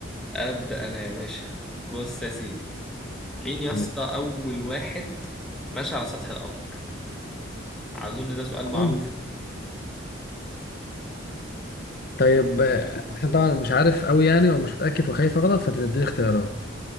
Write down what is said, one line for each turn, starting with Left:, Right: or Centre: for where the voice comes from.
Centre: ابدا انا يا باشا بص يا سيدي مين يا اسطى
Left: أهو.
Centre: اول واحد ماشي على سطح القمر اظن ده سؤال
Left: طبعا
Centre: معروف
Left: طيب آه، احنا طبعا مش عارف قوي يعني ومش متأكد وخايف اغلط فتديني اختيارات